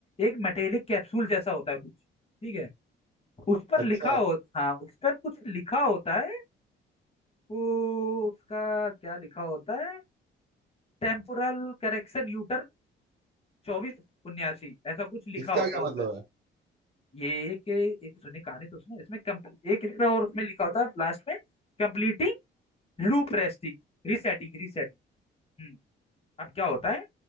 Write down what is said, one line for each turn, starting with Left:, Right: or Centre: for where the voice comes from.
Left: एक मेटेलिक कैप्सूल जैसा होता है कुछ ठीक है उस पर
Right: अच्छा
Left: लिखा हो हाँ उस पर कुछ लिखा होता है वो उसका क्या लिखा होता है टेम्पोरल करेक्शन यूटर चौबीस उन्यासी ऐसा कुछ लिखा
Right: इसका
Left: होता
Right: क्या
Left: है उस
Right: मतलब
Left: पर
Right: है
Left: ये एक एक सुनी कहानी तो सुनो इसमें कम- एक इसमें और उसमें लिखा होता है लास्ट में completing loop resting resetting resetting हम्म अब क्या होता है